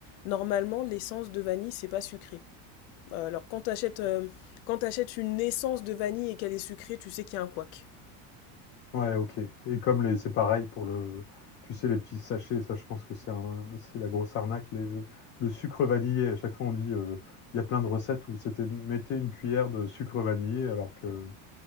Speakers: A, on the left; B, on the left.
A: normalement, l'essence de vanille, c'est pas sucré. Euh, alors, quand tu achètes, quand t'achètes une essence de vanille et qu'elle est sucrée, tu sais qu'il y a un couac.
B: Ouais, ok. Et comme les, c'est pareil pour le, tu sais, les petits sachets, ça, je pense que c'est un, c'est la grosse arnaque. les- euh, le sucre vanillé, à chaque fois, on dit, euh, il y a plein de recettes où c'était mettez une cuillère de sucre vanillé, alors que